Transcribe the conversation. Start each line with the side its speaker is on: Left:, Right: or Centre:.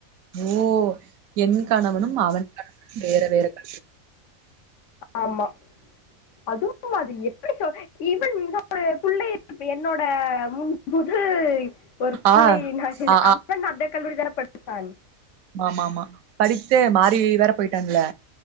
Right: ஓ என் கணவனும் அவ வேற வேற க
Left: ஆமா அதுவு அது எப்படி சொ இவன் என்னோ பிள்ளை என்னோட எல்லா ஒரு
Right: ஆ
Left: பிள்ளை
Right: ஆ
Left: அம்மன் அந்த கல்லூரி தான படிச்சான்
Right: ஆமாமா படித்து மாறி வேற போயிட்டாங்கல